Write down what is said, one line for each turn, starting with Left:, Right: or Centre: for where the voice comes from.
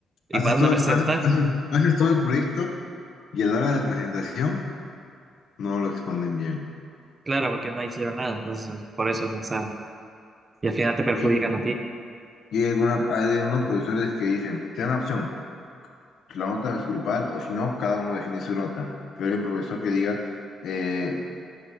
Right: y
Left: haces
Right: van
Left: todo,
Right: a presentar.
Left: haces, haces- haces todo el proyecto y a la hora de la presentación no lo exponen bien.
Right: Claro, porque no hicieron nada, entonces por eso no saben. Y al final te perjudican
Left: Y,
Right: a ti.
Left: y hay, alguna- hay algunos profesores que dicen, te dan la opción, pues, la nota es grupal o si no, cada uno define su nota. Pero hay un profesor que diga eh,